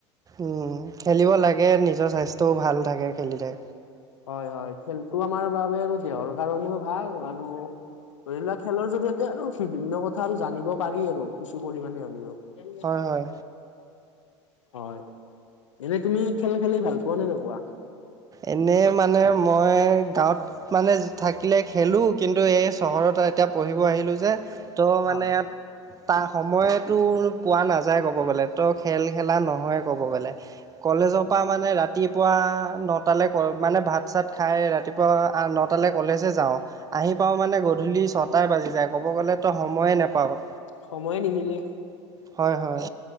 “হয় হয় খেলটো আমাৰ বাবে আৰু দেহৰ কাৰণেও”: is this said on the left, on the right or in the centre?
Left